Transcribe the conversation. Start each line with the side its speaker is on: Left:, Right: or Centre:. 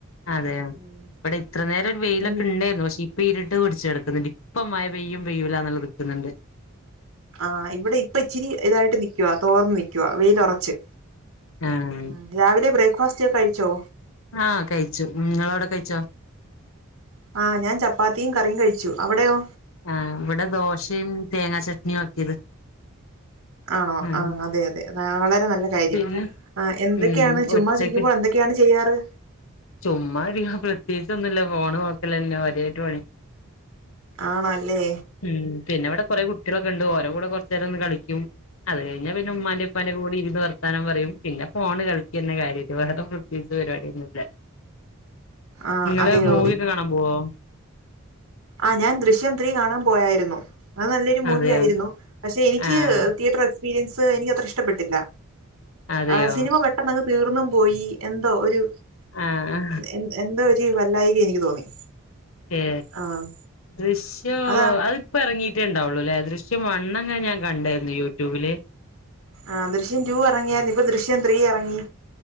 Left: അതെയ ഇവിടെ
Right: ഉം
Left: ഇത്ര നേരം ഒരു വെയിലൊക്കെ
Right: എൻ-
Left: ഉണ്ടായിരുന്നു പക്ഷെ ഇപ്പ ഇരുട് ട്ട് പിടിച്ചെടക്കുന്നുണ്ട് ഇപ്പം മഴ പെയ്യും പെയ്യല്ലാന്ന നിൽക്കുന്നുണ്ട്
Right: ആ ഇവിടെ ഇപ്പ ഇച്ചിരി ഇതായിട്ട് നിക്കവാ തോർന്ന് നിക്കവാ വെയിലൊറച്ച്
Left: ആഹ്
Right: ഉം രാവിലെ ബ്രേക്ക് ബ്രേക്ക്ഫാസ്റ്റ് ഒക്കെ കഴിച്ചോ
Left: ആ കഴിച്ചു നിങ്ങളവിടെ കഴിച്ചോ
Right: ആ ഞാൻ ചപ്പാത്തിയും കറിയും കഴിച്ചു അവിടെയോ
Left: ആ ഇവിടെ ദോശയും തേങ്ങാ ചട്നി ആക്കിയത്
Right: ആണോ
Left: ആഹ്
Right: ആ അതെ അതെ വളരെ നല്ല കാര്യം
Left: പിന്നെ
Right: ആ എന്തൊക്കെയാണ്
Left: ഉം
Right: ചുമ്മാതിരിക്കുമ്പോൾ
Left: ഉച്ചക്ക്
Right: എന്തൊക്കെയാണ് ചെയ്യു ചെയ്യാറ്
Left: ചുമ്മാ ഇരിക്ക് പ്രത്യേകിച്ച് ഒന്നുമില്ല ഫോണ് നോക്കല്ന്നെ കാര്യായിട്ട് പണി
Right: ആണോ അല്ലേ
Left: ഉം പിന്നെ ഇവിടെ കൊറെ കുട്ടികളൊക്കെ ണ്ട് ഓരോ കൂടെ കുറച്ച നേരം ഒന്ന് കളിക്കും അത് കഴിഞ്ഞ പിന്നെ ഉമ്മന്റെ ഉപ്പന്റെ കൂടെ ഇരുന്ന് വർത്താനം പറ- വർത്താനം പറയും പിന്നെ ഫോണ് കളിക്കന്ന കാര്യം വേറെ പ്രേത്യേകിച്ചു പരിപാടിയൊന്നുല്ല
Right: ആഹ്
Left: നിങ്ങള്
Right: അതെയോ
Left: മൂവി ഒക്കെ കാണാൻ പോവൊ
Right: ആ ഞാൻ ദൃശ്യം ത്രീ കാണാൻ പോയായിരുന്നു അത് നല്ലൊരു മൂവി
Left: അതെയോ
Right: ആയിരുന്നു പക്ഷെ എനിക്ക്
Left: ആഹ്
Right: തിയേറ്റർ എക്സ്പീരിയൻസ് എനിക്ക് അത്ര ഇഷ്ടപ്പെട്ടില്ല
Left: അതെയോ
Right: ആ സിനിമ പെട്ടെന്ന് തീർന്നും പോയി എന്തോ ഒരു
Left: ആഹ്
Right: എ എന്തോ പറ്റി വല്ലായിക എനിക്ക് തോന്നി
Left: ഏ
Right: ആഹ്
Left: ദൃശ്യം
Right: അതാ
Left: അതിപ്പം ഇറങ്ങിട്ടേണ്ടാവ ദൃശ്യം വണ്ണെങ്ങനെ ഞാൻ കണ്ടായിരുന്നു യൂട്യൂബില്
Right: ആഹ ദൃശ്യം ടു ഇറങ്ങിയാരുന്നു ഇപ്പൊ ദൃശ്യം ത്രീ ഇറങ്ങി